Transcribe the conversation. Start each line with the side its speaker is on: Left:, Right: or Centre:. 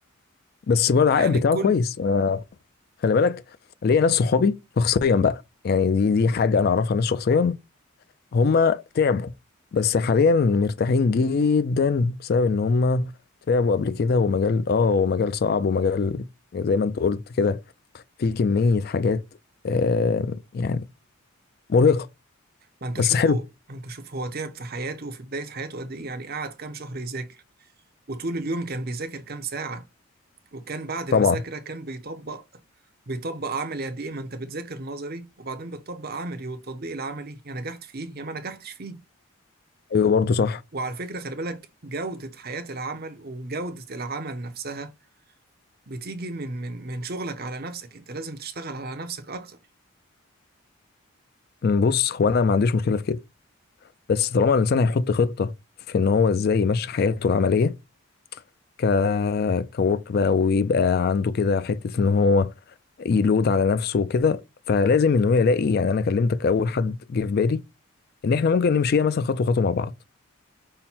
Left: بس برضه
Right: يعني
Left: العائد بتاعه
Right: الكل
Left: كويس آه، خلي بالك ليا ناس صحابي شخصيا بقى يعني دي دي حاجه انا اعرفها ناس شخصيا هم تعبوا بس حاليا مرتاحين جدا بسبب ان هم تعبوا قبل كده ومجال اه ومجال صعب ومجال زي ما انت قلت كده في كميه حاجات آه، يعني مرهقه
Right: ما انت
Left: بس
Right: شوف
Left: حلو
Right: هو ما انت شوف هو تعب في حياته وفي بداية حياته قد ايه يعني قعد كام شهر يذاكر وطول اليوم كان بيذاكر كام ساعة وكان بعد المذاكرة
Left: طبعا
Right: كان بيطبق بيطبق عملي قد إيه ما أنت بتذاكر نظري وبعدين بتطبق عملي والتطبيق العملي يا نجحت فيه يا ما نجحتش فيه
Left: ايوه برضه صح
Right: وعلى فكرة خلي بالك جودة حياة العمل وجودة العمل نفسها بتيجي من من من شغلك على نفسك أنت لازم تشتغل على نفسك أكتر
Left: أمم، بص هو انا ما عنديش مشكله في كده بس طالما الانسان هيحط خطه في ان هو ازاي يمشي حياته العمليه ك كورك بقى ويبقى عنده كده حتة ان هو يلود على نفسه وكده فلازم ان هو يلاقي يعني انا كلمتك اول حد جه في بالي ان احنا ممكن نمشيها مثلا خطوة خطوة مع بعض